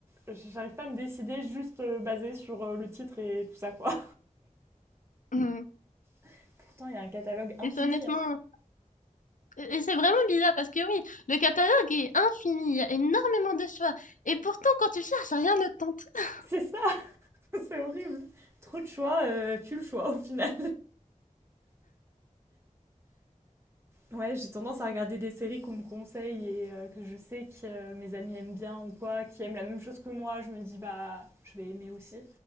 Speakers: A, on the right; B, on the left.
A: j'arrive pas à me décider juste euh, basé sur euh, le titre et tout ça quoi.
B: Mm.
A: <laughs> Pourtant, il y a un catalogue infini.
B: Et c'est honnêtement,
A: hein.
B: et et c'est vraiment bizarre parce que oui, le catalogue est infini, il y a énormément de choix. Et pourtant, quand tu cherches, rien ne te tente. <laughs>
A: C'est ça, <laughs> c'est horrible. Trop de choix, euh, tu le choix au final. Ouais, j'ai tendance à regarder des séries qu'on me conseille et euh, que je sais que euh, mes amis aiment bien ou quoi, qui aiment la même chose que moi. Je me dis, bah, je vais aimer aussi.